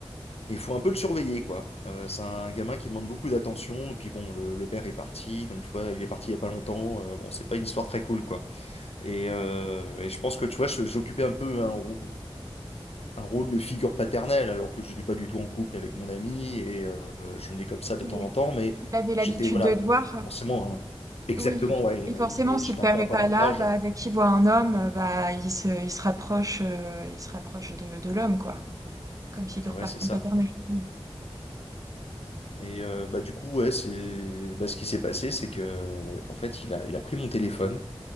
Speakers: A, on the left; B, on the right.
A: mais il faut un peu le surveiller, quoi. Euh, c'est un gamin qui demande beaucoup d'attention. Et puis bon, le, le père est parti, donc tu vois, il est parti il y a pas longtemps. euh, bon, c'est pas une histoire très cool, quoi. Et, euh, et je pense que tu vois, je- j'occupais un peu un rôle un rôle de figure paternelle, alors que je n'étais pas du tout en couple avec mon ami et euh, je venais comme ça de
B: Et
A: temps en temps, mais
B: il avait l'habitude
A: j'étais, voilà,
B: de te voir.
A: forcément, hein, exactement,
B: Oui, et for-
A: ouais,
B: et
A: euh,
B: forcément,
A: il est-
B: si
A: j'étais
B: le père
A: un peu
B: est
A: un point
B: pas
A: d'ancrage.
B: là, bah, dès qu'il voit un homme, euh, bah, il se, il se rapproche, euh, il se rapproche de, de l'homme, quoi, comme figure
A: Et ouais,
B: par-
A: c'est ça.
B: paternelle. Mm.
A: Et euh, bah, du coup, ouais, c'est bah, ce qui s'est passé, c'est que en fait, il a, il a pris mon téléphone